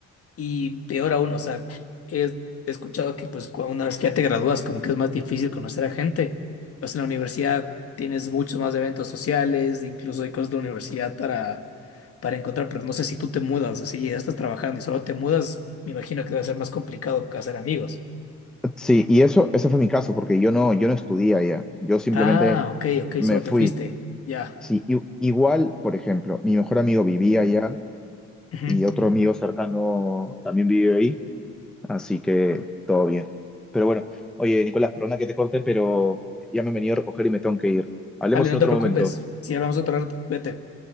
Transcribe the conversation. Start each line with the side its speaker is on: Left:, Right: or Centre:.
Left: Y peor aún, o sea, he he escuchado que pues cua- una vez que ya te gradúas, como que es más difícil conocer a gente. Pues en la universidad tienes muchos más eventos sociales, incluso hay cosas de la universidad para, para encontrar, pero no sé si tú te mudas, así ya estás trabajando y solo te mudas, me imagino que debe ser más complicado hacer amigos.
Centre: Sí, y eso, ese fue mi caso, porque yo no, yo no estudié allá, yo simplemente
Left: Ah, ok, ok,
Centre: me
Left: solo
Centre: fui.
Left: te fuiste. Ya.
Centre: Sí, i- igual, por ejemplo, mi mejor amigo vivía allá
Left: Ujú.
Centre: y otro amigo cercano también vive ahí. Así que todo bien. Pero bueno, oye, Nicolás, perdona que te corte, pero ya me han venido a recoger y me tengo que ir. Hablemos
Left: Dale, no
Centre: en
Left: te
Centre: otro
Left: preocupes.
Centre: momento.
Left: Si hablamos otro rato, cuídate.